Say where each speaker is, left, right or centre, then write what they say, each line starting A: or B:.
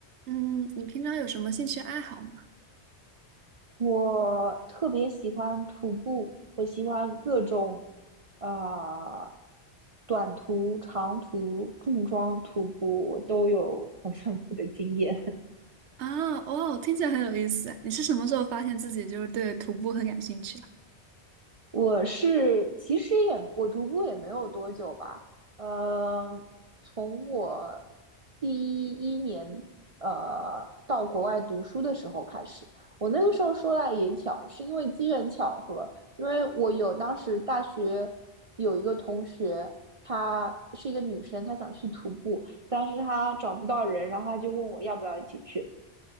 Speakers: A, on the right; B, on the right.
A: 嗯，你平常有什么兴趣爱好吗？
B: 我特别喜欢徒步，我喜欢各种，啊、短途、长途、重装徒步，我都有很丰富的经验。
A: 啊，哦，听起来很有意思。你是什么时候发现自己就是对徒步很感兴趣的？
B: 我是其实也我徒步也没有多久吧，呃，从我第一年呃到国外读书的时候开始，我那个时候说来也巧，是因为机缘巧合，因为我有当时大学有一个同学，她是一个女生，她想去徒步，但是她找不到人，然后她就问我要不要一起去。